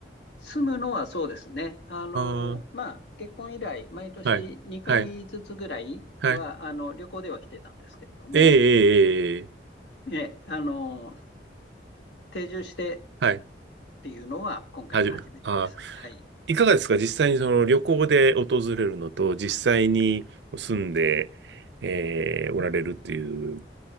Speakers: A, on the left; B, on the right.
A: 住むのはそうですね。あの、
B: ああ
A: まあ、結婚以来、毎年2回ずつぐらいは、
B: ー、はい、はい、はい。
A: あの、旅行では来てたんですけれども、
B: ええ、ええ、ええ
A: ええ、あの、定住してっ
B: はい、
A: ていうのは今回が初めてです。
B: はじめ、あー
A: はい。
B: いかがですか実際にその旅行で訪れるのと、実際に住んで、えーおられるっていう